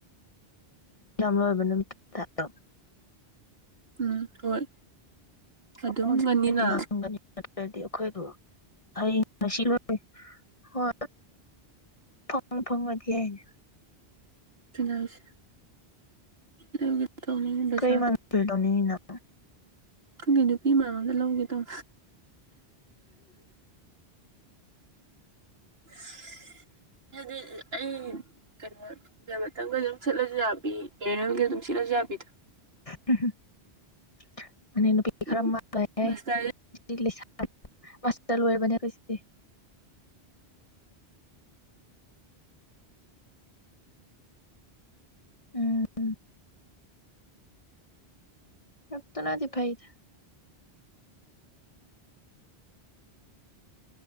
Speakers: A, on the left; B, on the right.
A: ꯌꯥꯝ ꯂꯣꯏꯕ ꯅꯨꯃꯤꯠ <unintelligible>
B: ꯎꯝ ꯍꯣꯏ
A: <unintelligible>
B: ꯑꯗꯨꯝ ꯉꯟꯅꯤꯅ
A: ꯑꯩ ꯉꯁꯤ ꯂꯣꯏꯔꯦ ꯍꯣꯏ ꯐꯪꯉ ꯐꯪꯉꯗꯤ ꯌꯥꯏꯅ
B: <unintelligible> <inaudible> ꯕꯖꯥꯔꯗ
A: ꯀꯩ ꯃꯥꯥꯡ ꯇꯧꯅꯤꯡꯏꯅꫭ
B: ꯈꯪꯗꯦ ꯅꯨꯄꯤ ꯃꯥꯟꯕ ꯑꯃꯗ ꯂꯧꯒꯦ ꯇꯧ <unintelligible> <inaudible> ꯍꯥꯏꯗꯤ ꯑꯩ ꯀꯩꯅꯣ ꯈꯤꯇꯪꯒ ꯑꯗꯨꯝ ꯁꯦꯠꯂꯁꯨ ꯌꯥꯕꯤ ꯄꯦꯔꯦꯜꯒ ꯑꯗꯨꯝ ꯁꯠꯂꯁꯨ ꯌꯥꯕꯤꯗꫭ꯫
A: ꯎꯝꯍ <unintelligible>
B: ꯎꯝ ꯃꯁꯇꯔ
A: <inaudible> ꯃꯁꯇ ꯂꫭꯏꯔꯕꯅꯦ ꯑꯈꫭꯁꯦ꯫ ꯎꯝ ꯑꯇ ꯅꯗꯤ ꯐꯥꯏꯗ